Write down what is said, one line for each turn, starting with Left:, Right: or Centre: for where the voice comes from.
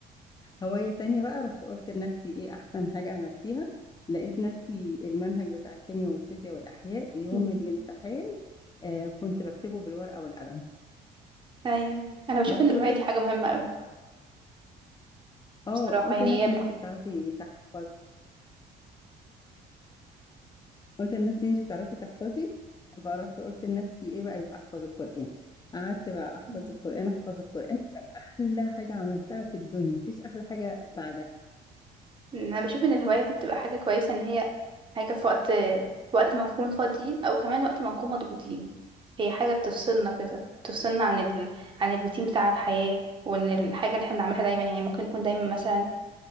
Left: هوايه تانية بقى رحت قلت لنفسي ايه احسن حاجه عملتيها لقيت نفسي المنهج بتاع الكيمياء والفيزياء والاحياء يوم
Right: أمم،
Left: الامتحان آه كنت بكتبه بالورقه والقلم
Right: ايوه أيوة. انا بشوف
Left: رحت
Right: ان الهواية
Left: قلت
Right: دي حاجة مهمة اوي
Left: اه
Right: بصراحة
Left: قلت
Right: يعني
Left: لنفسي
Right: هي
Left: ان انت بتعرفي تحفظي قلت لنفسي ان انت بتعرفي تحفظي فرحت قلت لنفسي ايه بقى يبقى احفظ القرآن قعدت بقى احفظ
Right: بت...
Left: القرآن احفظ القرآن كان احلى حاجة عملتها في الدنيا مفيش احلى حاجة بعدها
Right: انا بشوف ان الهواية دي بتبقى حاجة كويسة ان هي حاجة في وقت وقت ما نكون فاضيين او كمان وقت ما نكون مضغوطين هي حاجة بتفصلنا كده بتفصلنا عن ال... عن الروتين بتاع الحياة وان الحاجة اللي احنا بنعملها دايما يعني ممكن نكون دايما مثلا